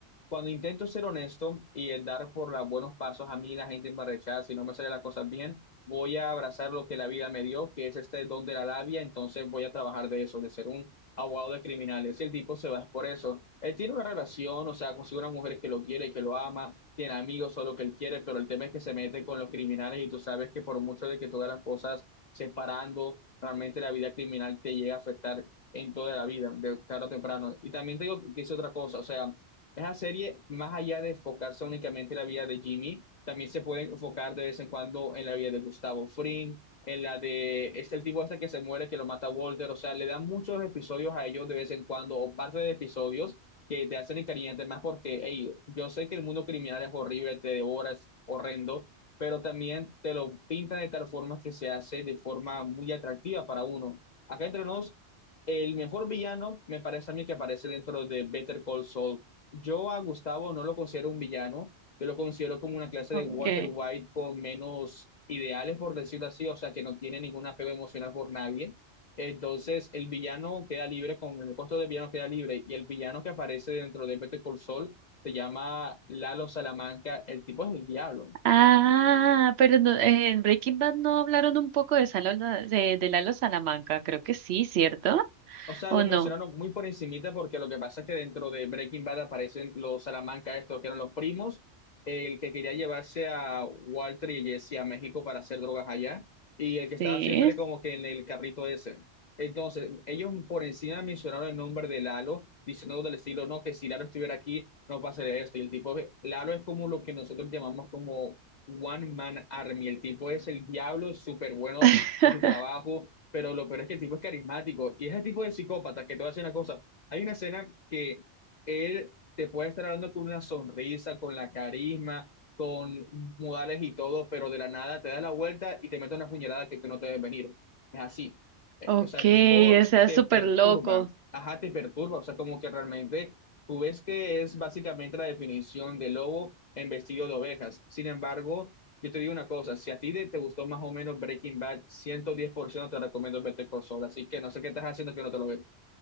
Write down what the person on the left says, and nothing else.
cuando intento ser honesto y el dar por los buenos pasos, a mí la gente me rechaza y no me salen las cosas bien. Voy a abrazar lo que la vida me dio, que es este don de la labia, entonces voy a trabajar de eso, de ser un abogado de criminales. Y el tipo se va por eso. Él tiene una relación, o sea, consigue una mujer que lo quiere y que lo ama, tiene amigos o lo que él quiere, pero el tema es que se mete con los criminales y tú sabes que por mucho de que tú hagas las cosas separando, realmente la vida criminal te llega a afectar en toda la vida, de tarde o temprano. Y también te digo que hice otra cosa, o sea, esa serie, más allá de enfocarse únicamente en la vida de Jimmy, también se puede enfocar de vez en cuando en la vida de Gustavo Fring, en la de este el tipo este que se muere, que lo mata Walter, o sea, le dan muchos episodios a ellos de vez en cuando, o parte de episodios que te hacen encariñarte más porque, hey, yo sé que el mundo criminal es horrible, te devora, es horrendo, pero también te lo pintan de tal forma que se hace de forma muy atractiva para uno. Acá entre nos, el mejor villano me parece a mí que aparece dentro de Better Call Saul yo a Gustavo no lo considero un villano, yo lo considero como una clase
de Walter White con menos ideales, por decirlo así, o sea, que no tiene ningún apego emocional por nadie. Entonces, el villano queda libre, con el costo de villano queda libre, y el villano que aparece dentro de Better Call Saul se llama Lalo Salamanca, el tipo es el diablo.
O sea,
lo
mencionaron muy por encimita porque lo que pasa es que dentro de Breaking Bad aparecen los Salamanca estos que eran los primos, el que quería llevarse a Walter y Jesse a México para hacer drogas allá y el que estaba
siempre como que en el carrito ese. Entonces, ellos por encima mencionaron el nombre de Lalo, diciendo del estilo, no, que si Lalo estuviera aquí, no pasaría esto. Y el tipo, Lalo es como lo que nosotros llamamos como One Man Army. El tipo es el diablo, es súper bueno
en su trabajo pero lo peor es que el tipo es carismático y es el tipo de psicópata que te voy a decir una cosa. Hay una escena que él te puede estar hablando con una sonrisa, con la carisma, con modales y todo, pero de la nada te da la vuelta y te mete una puñalada que tú no te debes venir. Es así. Eh,
O sea, el tipo
te
perturba,
ajá, te perturba, o sea, como que realmente tú ves que es básicamente la definición de lobo en vestido de ovejas. Sin embargo, yo te digo una cosa, si a ti de- te gustó más o menos Breaking Bad, 110% te recomiendo verte por Saul, así que no sé qué estás haciendo que no te lo ves.